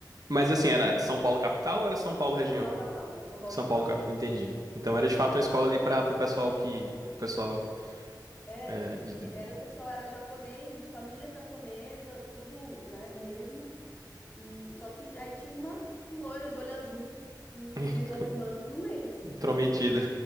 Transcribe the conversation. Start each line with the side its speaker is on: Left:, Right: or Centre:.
Right: Mas assim, era São Paulo capital ou era São Paulo região?
Left: São Paulo capital, São Paulo
Right: São
Left: capital.
Right: Paulo capital, entendi. Então era de fato uma escola ali para o pessoal que. Pessoal
Left: É,
Right: é, de,
Left: e
Right: de-
Left: era o pessoal, era japonês, de família japonesa, tudo, né, mesmo. E só que aí tinha uma loira do olho azul, hum,
Right: <laughs>
Left: meio alemã, no meio, assim,
Right: intrometido.
Left: perdida.